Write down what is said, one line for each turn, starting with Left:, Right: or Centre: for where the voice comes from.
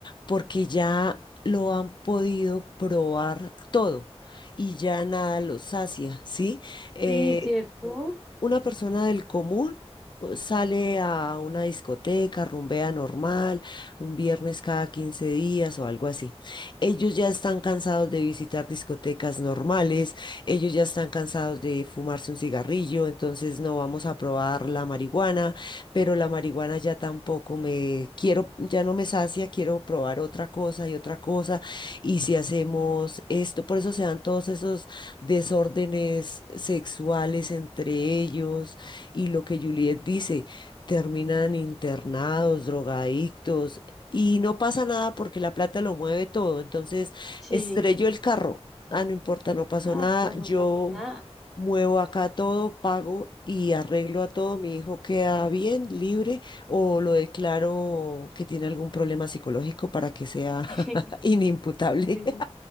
Left: porque ya lo han podido probar todo y ya nada los sacia, ¿sí? Eh,
Centre: Sí, ¿cierto?
Left: una persona del común uh, sale a una discoteca, rumbea normal, un viernes cada 15 días o algo así. Ellos ya están cansados de visitar discotecas normales, ellos ya están cansados de fumarse un cigarrillo, entonces no vamos a probar la marihuana, pero la marihuana ya tampoco me quiero, ya no me sacia, quiero probar otra cosa y otra cosa. Y si hacemos esto, por eso se dan todos esos desórdenes sexuales entre ellos y lo que Juliet dice, terminan internados, drogadictos y no pasa nada porque la plata lo mueve todo. Entonces,
Centre: Sí.
Left: estrelló el carro. Ah, no importa, no pasó
Centre: Ah,
Left: nada.
Centre: eso no
Left: Yo
Centre: pasó nada.
Left: muevo acá todo, pago y arreglo a todo. Mi hijo queda bien, libre, o lo declaro que tiene algún problema psicológico para que sea
Centre: <laughs>
Left: <laughs> inimputable.
Centre: Sí.